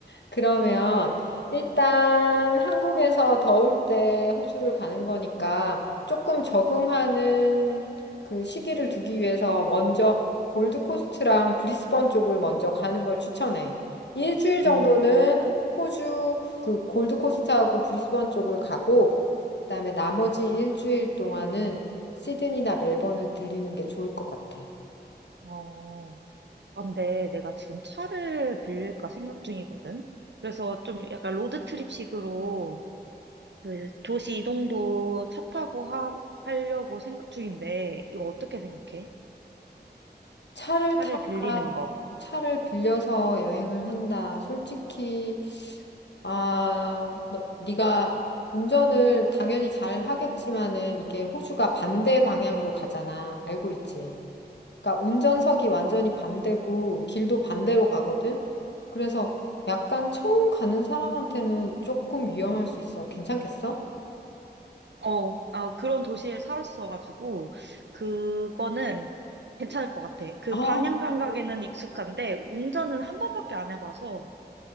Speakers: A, on the left (about 80°); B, on the right (about 85°).
A: 그러면 일단 한국에서 더울 때 호주를 가는 거니까 조금 적응하는 그 시기를 두기 위해서 먼저 골드코스트랑 브리스번 쪽을 먼저 가는 걸 추천해. 일주일 정도는
B: 음,
A: 호주 그 골드코스트하고 브리스번 쪽을 가고 그다음에 나머지 일주일 동안은 시드니나 멜번을 들리는 게 좋을 것 같아.
B: 어, 아, 근데 내가 지금 차를 빌릴까 생각 중이거든? 그래서 좀 약간 로드트립식으로 그 도시 이동도 차 타고 하, 하려고 생각 중인데, 이거 어떻게 생각해?
A: 차를
B: 차를
A: 타거나
B: 빌리는 거.
A: 차를 빌려서 여행을 한다. 솔직히 아, 너, 네가 운전을 당연히 잘 하겠지만은 이게 호주가 반대 방향으로 가잖아. 알고 있지? 그러니까 운전석이 완전히 반대고 길도 반대로 가거든. 그래서 약간 처음 가는 사람한테는 조금 위험할 수 있어. 괜찮겠어?
B: 어, 아, 그런 도시에 살았어가지고, 그거는 괜찮을 것 같아. 그
A: 아,
B: 방향 감각에는
A: 그래?
B: 익숙한데, 운전은 한 번밖에 안 해봐서,